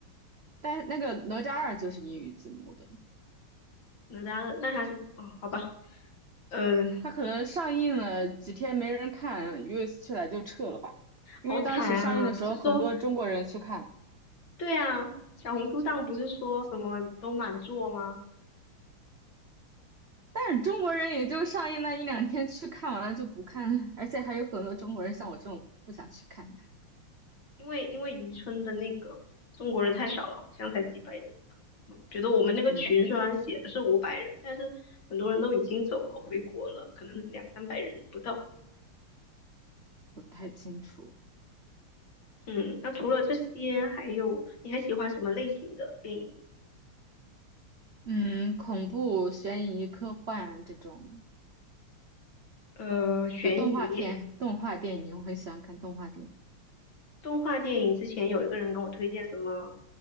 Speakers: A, on the right; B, on the left.
A: 但是那个哪吒二就是英语字幕的，
B: 那当然那还是哦，好吧，呃，
A: 它可能上映了几天没人看，US 去来就撤了吧，因为当时上映的时候很多中国人去看。
B: 好惨啊！不是说对啊，小红书上不是说什么都满座吗？
A: 但是中国人也就上映那一两天去看完了就不看了，而且还有很多中国人像我这种不想去看的。
B: 因为因为渔村的那个中国人太少了，好像才几百人吧。我觉得我们那个群虽然写的是五百人，
A: 嗯，
B: 但是很多人都已经走了，回国了，可能两三百人不到。
A: 我不太清楚。
B: 嗯，那除了这些，还有你还喜欢什么类型的电影？
A: 嗯，恐怖、悬疑、科幻这种，
B: 呃，悬疑、
A: 还有动画片、动画电影，我很喜欢看动画电影。
B: 动画电影。之前有一个人跟我推荐什么